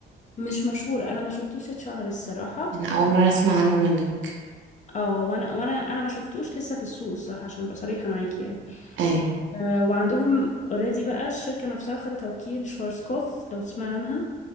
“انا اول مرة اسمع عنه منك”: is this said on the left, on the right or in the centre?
Right